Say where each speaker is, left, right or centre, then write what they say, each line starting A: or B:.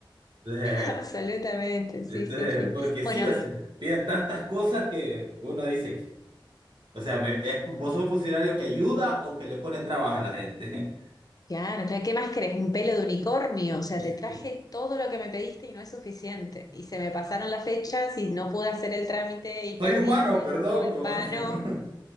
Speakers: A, on the right; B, on the left.
A: <laughs>
B: Absolutamente, sí,
A: Entonces,
B: sí, sí.
A: porque
B: Bueno,
A: sí, o sea, piden tantas cosas que uno dice, o sea, me- es- vos sos un funcionario que ayuda o que le pone trabajo a la gente. <laughs>
B: Claro, claro, ¿qué más querés? Un pelo de unicornio, o sea, te
A: Sí.
B: traje todo lo que me pediste y no es suficiente. Y se me pasaron las fechas y no pude hacer el trámite y
A: Soy
B: perdí
A: humano,
B: tiempo
A: perdón,
B: en
A: como
B: vano.
A: dicen. <laughs>